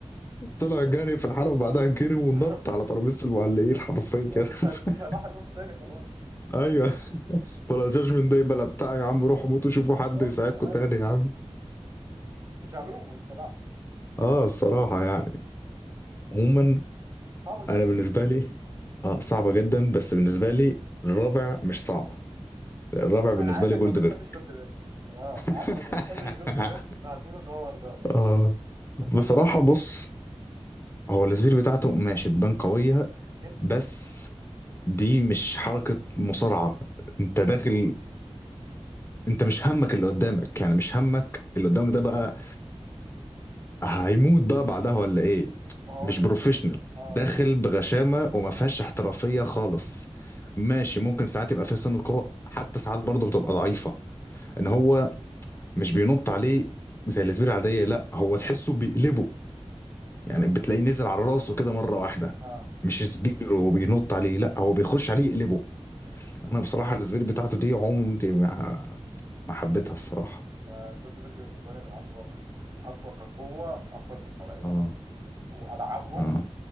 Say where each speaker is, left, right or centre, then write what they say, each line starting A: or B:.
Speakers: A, on the left (about 20°); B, on the right (about 40°).
A: طلع جري في الحلبة بعدها جري ونط
B: <laughs>
A: على ترابيزة
B: بالظبط
A: المعلقين حرفيا
B: أنا مش هد... مش
A: <laughs>
B: هضحي نص تاني خلاص
A: ايوه <laughs> ولا جاجمنت داي بلا بتاع يا عم روحوا موتوا شوفوا
B: <laughs> بالظبط
A: حد يساعدكم
B: ايوه
A: تاني يا عم
B: مش هلومه الصراحه
A: اه الصراحة يعني عموما
B: صعبه جدا
A: انا بالنسبة لي اه صعبة جدا بس بالنسبة لي الرابع مش صعبة الرابع بالنسبة
B: انا عارف انك
A: لي جولد
B: ما بتحبش
A: بيرج
B: جولدبرج اه عارف
A: <laughs>
B: انك ما بتحبش جولدبرج فهتقول ان هو الرابع
A: اه بصراحة
B: بس احنا لو
A: بص هو السبير بتاعته ماشي تبان قوية
B: جدا
A: بس دي مش حركة مصارعة انت داخل انت مش همك اللي قدامك يعني مش همك اللي قدامك ده بقى هيموت بقى بعدها ولا ايه
B: ما هو
A: مش
B: دي
A: بروفيشنال
B: مش اه
A: داخل
B: دي مش
A: بغشامه وما فيهاش احترافيه خالص ماشي ممكن ساعات يبقى فيها سنه قوه حتى ساعات برضه بتبقى ضعيفه ان هو مش بينط عليه زي السبير العاديه لا هو تحسه بيقلبه يعني بتلاقيه نزل على راسه كده مره واحده
B: اه
A: مش سبير وبينط عليه لا هو بيخش عليه يقلبه
B: مم.
A: انا بصراحه السبير بتاعته دي عمري ما ما حبيتها الصراحه
B: انا جولدبرج بالنسبه لي من اقوى من اقوى كقوه من اقوى المصارعين
A: اه
B: والعبهم
A: اه